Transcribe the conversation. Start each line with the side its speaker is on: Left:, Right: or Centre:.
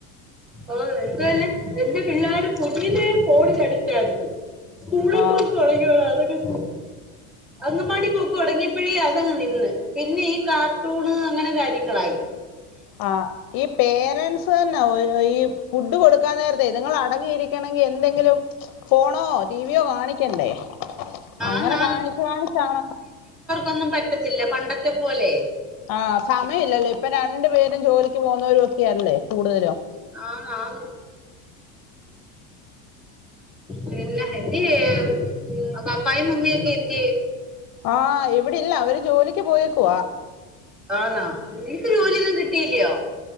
Centre: ആ എന്ത് തന്നെ എന്റെ പിള്ളേരും കുഞ്ഞിലെ ഫോണിനടിക്റ്റാണ് സ്കൂളിൽ
Left: ആ
Centre: പോയി തുടങ്ങിയോ അതൊക്കെ അങ്ങമാടി പോക്ക് തുടങ്ങിയപ്പഴേ അതങ്ങ് നിന്ന് പിന്നെ ഈ കാർട്ടൂണ് അങ്ങനെ കാര്യങ്ങളായി
Left: ആഹ് ഈ പേരൻസ് തന്നെ ഓരോ ഈ ഫുഡ് കൊടുക്കാൻ നേരത്തെ നിങ്ങൾ അടങ്ങിയിരിക്കണെങ്കിൽ എന്തെങ്കിലും <inaudible> ഫോണോ ടീവിയോ കാണിക്കണ്ടേ
Centre: ആന്ന്
Left: അങ്ങനെ കാണിച്ച് കാണിച്ചാണ്
Centre: ഒന്നും പറ്റത്തില്ല പണ്ടത്തെ പോലെ
Left: ആ സമയം ഇല്ലല്ലോ ഇപ്പ രണ്ട് പേരും ജോലിക്ക് പോകുന്നോരോക്കെയല്ലേ കൂടുതലും
Centre: ആ ആന്ന് പിന്നെ എന്തിയെ ഉം പപ്പായും മമ്മിയും ഒക്കെ എന്തിയെ
Left: ആ ഇവിടെല്ല അവര് ജോലി ക്ക് പോയേക്കുവാ
Centre: ആന്നോ നിനക്ക് ജോലിയൊന്നും കിട്ടിയില്ലോ